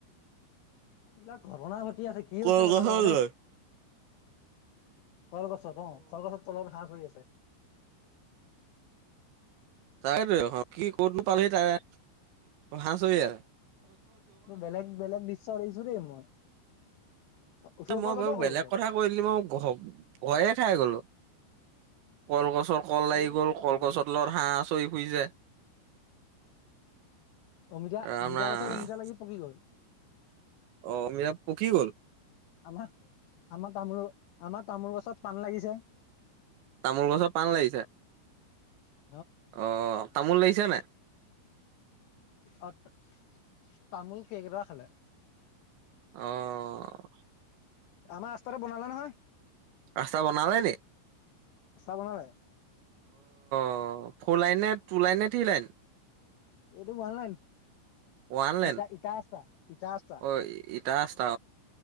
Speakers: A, on the left (about 80°); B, on the right (about 70°).
A: এইবিলাক ঘটনা ঘটি আছে। কি হৈছে
B: কলগছৰ
A: নাজানো আৰু দেই।
B: লৈ
A: কলগছত অ', কলগছৰ হা‍ঁহ চৰি আছে।
B: তাকেতোৱে কি ক'ত নোপালোহি তাৰে- হা‍ঁহ চৰি আ
A: মই বেলেগ - বেলেগ দৃশ্য দেখিছোঁ দেই মই। উঠিব
B: তো মই
A: পৰা যাব
B: বাৰু
A: কলগছত
B: বেলেগ কথা কৈ দিলি। মই ভয়ে খাই গলোঁ। কলগছৰ কল লাগি
A: এই
B: গ'ল, কলগছৰ
A: কেনেকুৱা
B: তলত হাঁহ চৰি ফুৰিছে।
A: অমিতা
B: ৰাম
A: অমিতা
B: - ৰাম।
A: গছত অমিতা লাগি পকি গ'ল
B: অ' অমিতা পকি গ'ল?
A: আমাৰ- আমাৰ তামোল- আমাৰ তামোল গছত পান লাগিছে।
B: তামোল গছত পান লাগিছে?
A: <unintelligible>
B: অ' তামোল লাগিছে নাই?
A: অ' তামোল কেৰ্কেটুৱা খালে।
B: অ'।
A: আমাৰ ৰাস্তাটো বনালে নহয়।
B: ৰাস্তা বনালে নি?
A: ৰাস্তা বনালে।
B: অ' ফৰ লাইন নে টু লাইন নে থ্ৰী লাইন?
A: এইটো ৱানলাইন।
B: ওৱান লাইন
A: ইটা- ইটা ৰাস্তা- ইটা ৰাস্তা।
B: অ ইটা ৰাস্তা